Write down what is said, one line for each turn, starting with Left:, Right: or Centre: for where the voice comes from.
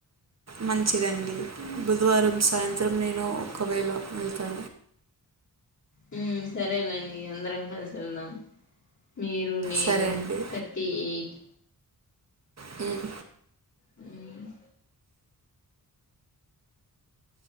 Right: మంచిదండి బుధవారం సాయంత్రం నేను ఒకవేళ వెళ్తా
Left: హ్మ్ సరేనండి అందరం కలిసి వెళ్దాం మీరు నేను
Right: సరే అండి
Left: థర్టీ ఎయిట్
Right: హ్మ్
Left: హ్మ్